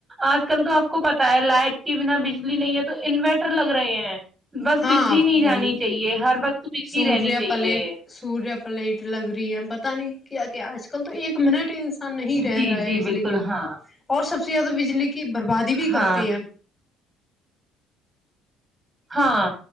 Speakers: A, on the right; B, on the left.
A: آج کل تو آپ کو پتا ہے لائٹ کے بنا بجلی نہیں ہے تو انوریٹر لگ رہے ہیں بس
B: ہاں
A: بجلی نہیں جانی
B: وہی
A: چاہیے ہر وقت بجلی
B: سوریہ
A: رہنی چاہیے
B: پلیٹ سوریہ پلیٹ لگ رہی ہے پتہ نہیں کیا کہ آج کل تو ایک منٹ انس ان نہیں رہ
A: جی
B: رہا ہے
A: جی
B: بجلی
A: بالکل
B: کے
A: ہاں
B: اور سب سے زیادہ بجلی کی بربادی بھی کرتے
A: ہاں
B: ہیں
A: ہاں